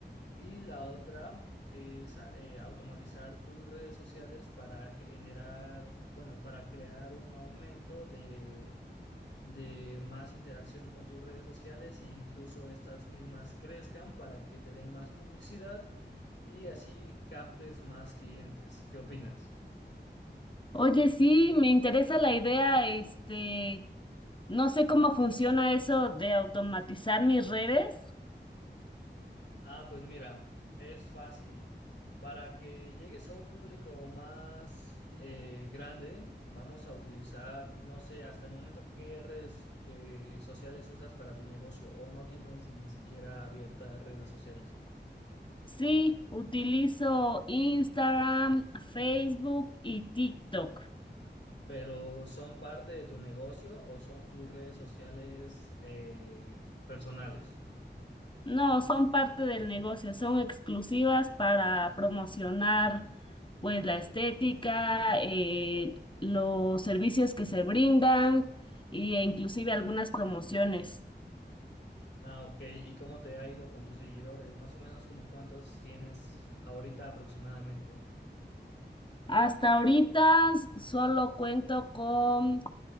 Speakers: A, on the left; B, on the left.
A: Y la otra es a- eh, automatizar tus redes sociales para generar, bueno, para crear un aumento de, de más interacción con tus redes sociales e incluso estas mismas crezcan para que te den más publicidad y así captes más clientes. ¿Qué opinas?
B: Oye, sí, me interesa la idea, este, no sé cómo funciona eso de automatizar mis redes.
A: Ah, pues mira, es fácil. Para que llegues a un público más eh, grande, vamos a utilizar, no sé, hasta el momento qué redes eh, sociales usas para tu negocio o no tienes ni siquiera abiertas redes sociales,
B: Sí, utilizo Instagram, Facebook y TikTok.
A: pero ¿son parte de tu negocio o son tus redes sociales eh, personales?
B: No, son parte del negocio, son exclusivas para promocionar, pues, la estética, eh, los servicios que se brindan y- e inclusive algunas promociones.
A: Ah, ok. ¿Y cómo te ha ido con tus seguidores? Más o menos como cuántos tienes ahorita aproximadamente.
B: Hasta ahorita s- solo cuento con